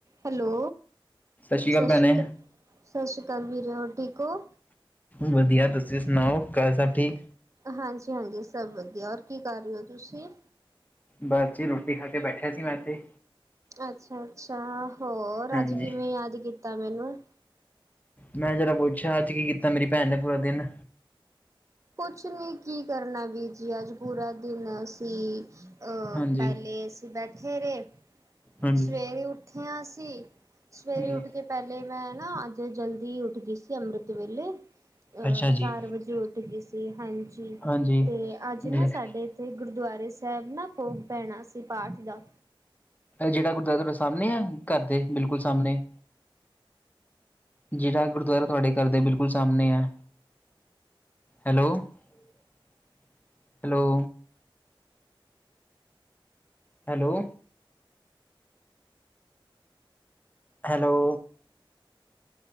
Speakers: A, on the right; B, on the left.
A: Hello,
B: ਸ਼੍ਰੀ
A: ਸਤਿ
B: ਅਕਾਲ ਭੈਣੇ।
A: ਸ੍ਰੀ ਅਕਾ ਸਤਿ ਸ਼੍ਰੀ ਅਕਾਲ ਵੀਰੋ ਹੋਰ ਠੀਕ ਔ?
B: ਵਧੀਆ, ਤੁਸੀਂ ਸੁਣਾਓ ਘਰ ਸਭ ਠੀਕ?
A: ਹਾਂਜੀ-ਹਾਂਜੀ ਸਭ ਵਧੀਆ, ਔਰ ਕੀ ਕਰ ਰਹੇ ਔ ਤੁਸੀਂ?
B: ਬਸ ਜੀ ਰੋਟੀ ਖਾ ਕੇ ਬੈਠਿਆ ਸੀ ਮੈਂ ਤੇ
A: ਅੱਛਾ-ਅੱਛਾ ਹੋਰ
B: ਹਾਂਜੀ
A: ਅੱਜ ਕਿਵੇਂ ਯਾਦ ਕੀਤਾ ਮੈਨੂੰ?
B: ਮੈਂ ਜਰਾ ਪੁੱਛਾ ਅੱਜ ਕੀ ਕੀਤਾ ਮੇਰੀ ਭੈਣ ਨੇ ਪੂਰਾ ਦਿਨ
A: ਕੁਛ ਨੀ ਕੀ ਕਰਨਾ ਵੀਰ ਜੀ ਅੱਜ ਪੂਰਾ ਦਿਨ ਅਸੀਂ ਆ
B: ਹਾਂਜੀ।
A: ਪਹਿਲੇ ਅਸੀਂ ਬੈਠੇ ਰੇ।
B: ਹਾਂਜੀ।
A: ਸਵੇਰੇ ਉਠੇ ਆ ਅਸੀਂ ਸਵੇਰੇ
B: ਹਾਂਜੀ।
A: ਉਠ ਕੇ ਪਹਿਲੇ ਮੈਂ ਨਾ ਅੱਜ ਜਲਦੀ ਉਠ ਗਈ ਸੀ ਅੰਮ੍ਰਿਤ ਵੇਲੇ, ਅ
B: ਅੱਛਾ ਜੀ
A: ਚਾਰ ਵਜੇ ਉ ਉਠ ਗਈ ਸੀ ਹਾਂਜੀ,
B: ਹਾਂਜੀ
A: ਤੇ ਅੱਜ
B: ਜੀ।
A: ਨਾ
B: ਇਹ
A: ਸਾਡੇ ਤੇ ਗੁਰਦੁਆਰੇ ਸਾਹਿਬ ਨਾ ਭੋਗ ਪੈਣਾ ਸੀ ਪਾਠ ਦਾ
B: ਜੇੜਾ ਗੁਰਦੁਆਰਾ ਥੋਡੇ ਸਾਮਣੇ ਆ ਘਰ ਦੇ ਬਿਲਕੁਲ ਸਾਮਨੇ ਜਿਹੜਾ ਗੁਰਦੁਆਰਾ ਤੁਹਾਡੇ ਘਰ ਦੇ ਬਿਲਕੁਲ ਸਾਮਣੇ ਐ। Hello hello, hello hello